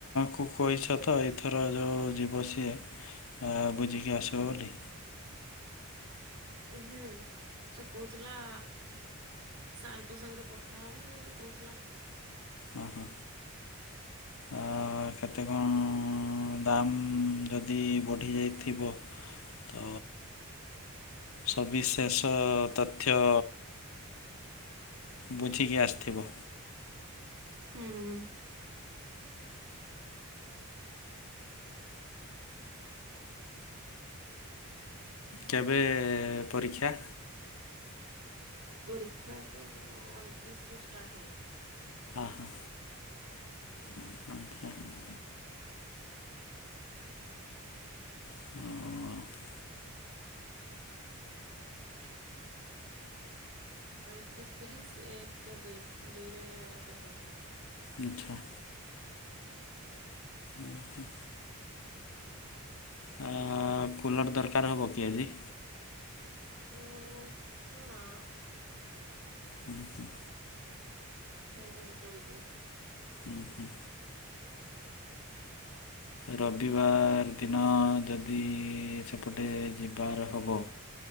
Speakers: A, on the left; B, on the right.
A: କୁ କହିଛ ତ ଏଇଥର ଯୋଉ ଯିବ ସିଏ। ଆ ବୁଝିକି ଆସିବ ବୋଲି।
B: ଉହୁଁ ସେ କହୁଥିଲା। ସାରକ ସାଙ୍ଗରେ କଥା ହେବି ବୋଲି କହୁଥିଲା।
A: ଓହୋ ଅ କେତେ କଣ ଦାମ୍ ଯଦି ବଢ଼ିଯାଇଥିବ। ତ ସବିଶେଷ ତଥ୍ୟ ବୁଝିକି ଆସିଥିବ।
B: ହୁଁ ହୁଁ।
A: କେବେ ପରୀକ୍ଷା?
B: ପରୀକ୍ଷା ତ ଅଣତିରିଶ ରୁ ଷ୍ଟାର୍ଟ ହବ।
A: ଓହୋ। <unintelligible> <unintelligible>
B: ଅତିରିଶ ତିରିଶ ଏକ ଦୁଇ ଦୁଇରେ ଶେଷ।
A: ଆଚ୍ଛା। ହୁଁ। ହଁ କୁଲର୍ ଦରକାର ହେବ କି ଆଜି?
B: ହୁଁ ନା
A: ହୁଁ, ହୁଁ।
B: ସେତାହିଁ ଚଳିଯିବ।
A: ଉହୁଁ। ରବିବାର ଦିନ ଯଦି ସେପଟେ ଯିବାର ହେବ